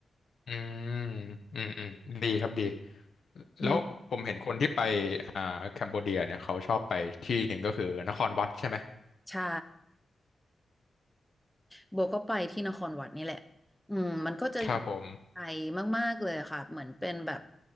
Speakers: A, on the left; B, in the centre.
A: อืมอืมอืมดีครับดี
B: อืม
A: แล้วผมเห็นคนที่ไปอ่าแคมโบเดียเนี่ยเขาชอบไปที่หนึ่งก็คือนครวัดใช่ไหม
B: ใช่ โบก็ไปที่นครวัดนี่แหละอืมมันก็จะ
A: ครับผม
B: ไกลมากๆเลยอะค่ะ เหมือนเป็นแบบ